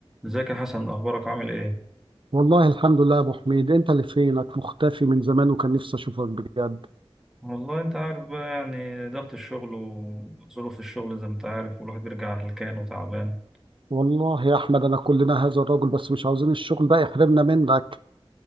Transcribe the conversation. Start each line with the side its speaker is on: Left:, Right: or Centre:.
Centre: ازيك يا حسن اخبارك عامل ايه
Right: والله الحمد لله يا ابو حميد انت اللي فينك مختفي من زمان وكان نفسي اشوفك بجد
Centre: والله انت عارف بقى يعني ضغط الشغل وظروف الشغل زي ما انت عارف والواحد بيرجع هلكان وتعبان
Right: والله يا احمد انا كلنا هذا الرجل بس مش عاوزين الشغل بقى يحرمنا منك